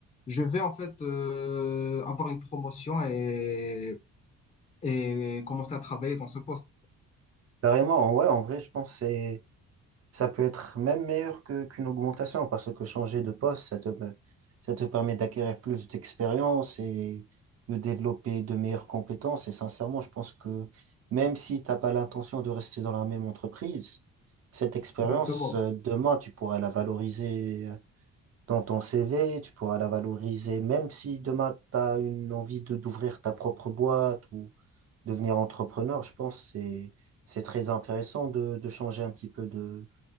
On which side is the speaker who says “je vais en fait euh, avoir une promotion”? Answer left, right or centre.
Left